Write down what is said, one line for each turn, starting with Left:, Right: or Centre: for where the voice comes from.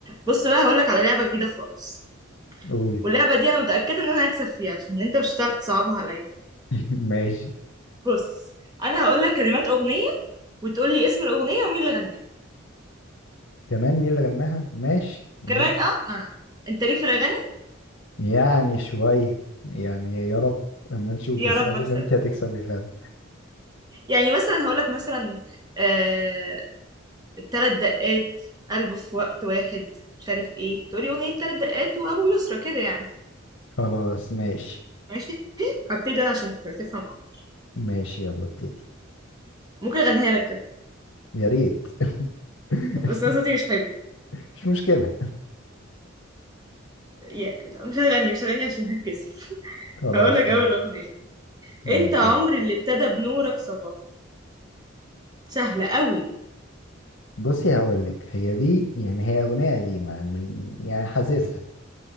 Right: بص بقى هقولك على لعبة جديدة خالص
Left: قولي
Right: واللعبة دي انا متأكدة ان انا هكسب فيها عشان انت مش هتعرف تصعبها عليا
Left: <laughs> ماشي
Right: بص انا هقولك كلمات اغنية وتقولي اسم الاغنية ومين اللي غناها
Left: كمان مين اللي غناها ماشي يلا
Right: كمان اه ما. انت ليك في الاغاني
Left: يعني شوية يعني يا رب اما نشوف
Right: يا
Left: بس
Right: رب
Left: غالبا
Right: اكسبك
Left: انت هتكسبي فعلا
Right: يعني مثلا هقولك مثلا آه... تلات دقات قلب في وقت واحد مش عارف ايه تقولي اغنية تلات دقات وابو يسرى كده يعني
Left: خلاص ماشي
Right: ماشي هبتدي انا عشان ت- تفهم اكتر
Left: ماشي يلا ابتدي
Right: ممكن اغنيها لك كمان
Left: يا ريت <laughs>
Right: <laughs> بس انا صوتي مش حلو
Left: مش مشكلة
Right: يا لا، مش هغني مش هغني عشان هتكسف <laughs>
Left: خلاص
Right: هقولك اول
Left: ماشي
Right: اغنية
Left: ماشي
Right: انت عمر
Left: يلا
Right: اللي ابتدى بنورك صباح سهلة قوي
Left: بصي هقولك هي دي يعني هي أغنية قديمة من يعني حاسسها